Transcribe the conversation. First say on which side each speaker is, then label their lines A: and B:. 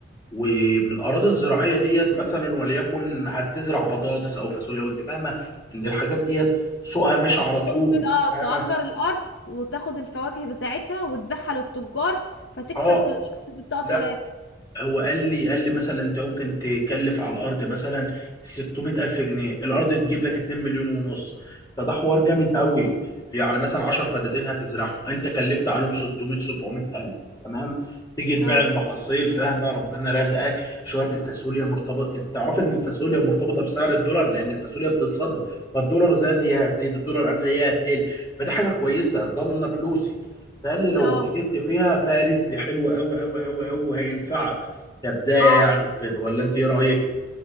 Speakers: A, on the left; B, on the left.
A: ومن الاراضي الزراعية ديت مثلا وليكن هتزرع بطاطس او فاصوليا وانت فاهمة ان الحاجات ديت سوقها مش على
B: ممكن
A: طول
B: اه
A: فاهمة
B: تأجر الأرض وتاخد الفواكه بتاعتها وتبيعها للتجار فتكسب
A: اه
B: في الأرض بالطاقة
A: لا
B: تلاتة
A: هو قال لي قال لي مثلا انت ممكن تكلف على الارض مثلا 600 الف جنيه الارض تجيب لك 2 مليون ونص فده حوار جامد قوي يعني مثلا 10 فدادين هتزرعهم انت كلفت عليهم 600 700 الف تمام تيجي تبيع
B: اه
A: المحاصيل فاهمه ربنا رزقك شويه الفاصوليا مرتبط انت تعرف ان الفاصوليا مرتبطه بسعر الدولار لان الفاصوليا بتتصدر فالدولار زاد هي هتزيد الدولار قل هي هتقل فده حاجه كويسه ضامنه فلوسك فقال لي لو
B: اه
A: اتجرت فيها فيها رزق حلو قوي قوي قوي قوي وهينفعك كبداية
B: اه
A: يعني وكده ولا انت ايه رأيك؟